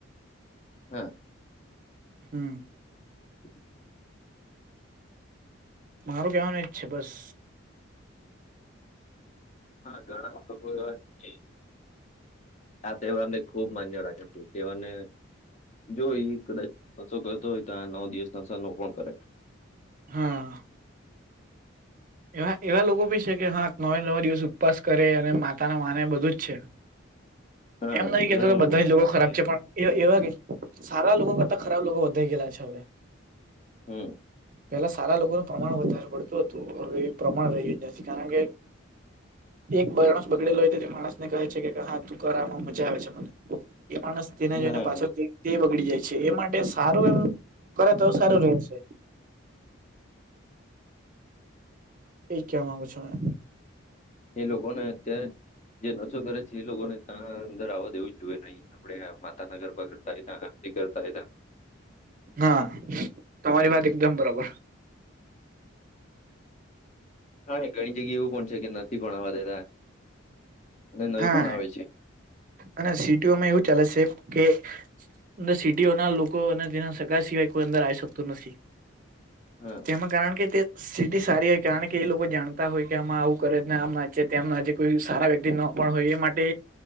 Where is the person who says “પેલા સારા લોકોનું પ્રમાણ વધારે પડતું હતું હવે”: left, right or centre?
Right